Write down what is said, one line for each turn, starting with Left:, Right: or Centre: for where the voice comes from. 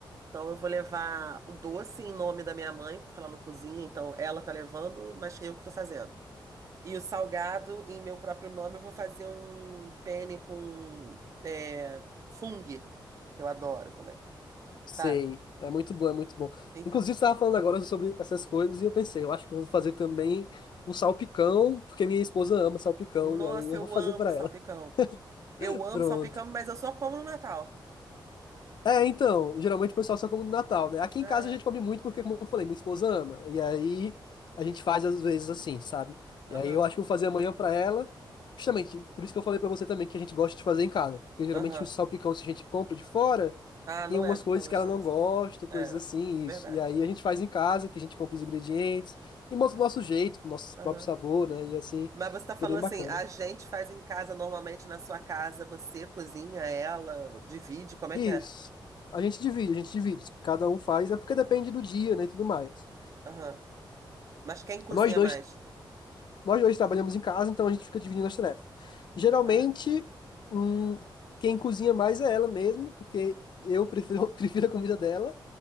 Right: Então, eu vou levar o doce em nome da minha mãe, porque ela não cozinha, então ela tá levando, mas eu que tô fazendo. E o salgado, em meu próprio nome, eu vou fazer um penne com é, fung, que eu adoro também,
Left: Sei,
Right: sabe?
Left: é muito bom, é muito bom.
Right: Então.
Left: Inclusive, você estava falando agora sobre essas coisas e eu pensei, eu acho que eu vou fazer também um salpicão, porque minha esposa ama salpicão,
Right: Nossa,
Left: e aí eu
Right: eu
Left: vou fazer
Right: amo
Left: para
Right: salpicão.
Left: ela.
Right: Eu
Left: <laughs>
Right: amo
Left: Pronto.
Right: salpicão, mas eu só como no Natal.
Left: É, então, geralmente o pessoal só come no Natal, né? Aqui
Right: É.
Left: em casa a gente come muito porque, como eu falei, minha esposa ama. E aí a gente faz às vezes assim, sabe?
Right: Aham,
Left: E aí eu acho que eu vou fazer amanhã para ela. Justamente, por isso que eu falei para você também que a gente gosta de fazer em casa. Porque geralmente
Right: aham.
Left: o salpicão, se a gente compra de fora.
Right: Ah,
Left: tem
Right: não
Left: algumas
Right: é
Left: coisas
Right: tão gostoso.
Left: que ela não gosta, coisas
Right: É,
Left: assim,
Right: verdade.
Left: isso. E aí a gente faz em casa, que a gente compra os ingredientes e monta do nosso jeito, com o nosso
Right: Aham.
Left: próprio sabor, né? E assim,
Right: Mas você tá
Left: fica
Right: falando
Left: bem bacana.
Right: assim, a gente faz em casa, normalmente na sua casa, você cozinha, ela divide, como é
Left: Isso.
Right: que é?
Left: A gente divide, a gente divide. Cada um faz, é porque depende do dia, né, e tudo mais.
Right: Aham. Mas quem cozinha
Left: Nós dois
Right: mais?
Left: Nós dois trabalhamos em casa, então a gente fica dividindo as tarefas. Geralmente,
Right: Ah, entendi.
Left: hum, quem cozinha mais é ela mesmo, porque eu prefiro, <laughs> prefiro a comida dela,